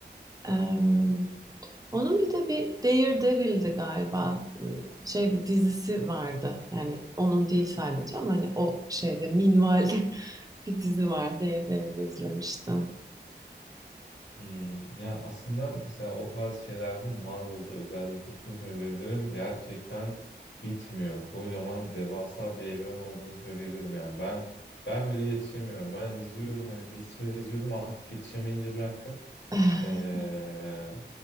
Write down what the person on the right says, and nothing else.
Ee, onun bir de bir Daredevil'di galiba. Ee, Şey dizisi vardı. Yani onun değil sadece ama hani o şeyde minvalde <laughs> Bir dizi var. Daredevil'i izlemiştim.
<sighs>